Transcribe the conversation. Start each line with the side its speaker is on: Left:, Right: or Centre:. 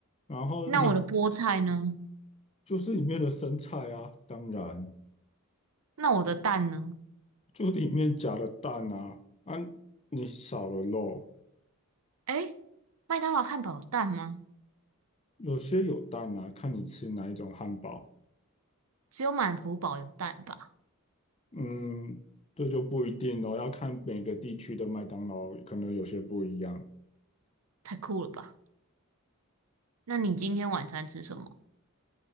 Left: 然后你
Right: 那我的菠菜呢？
Left: <laughs> 就是里面的生菜啊，当然。
Right: 那我的蛋呢？
Left: 就里面夹了蛋啊，啊，你少了肉，
Right: 诶，麦当劳汉堡有蛋吗？
Left: 有些有蛋啊，看你吃哪一种汉堡。
Right: 只有满福堡有蛋吧？
Left: 嗯，这就不一定咯，要看每个地区的麦当劳可能有些不一样。
Right: 太酷了吧？那你今天晚餐吃什么？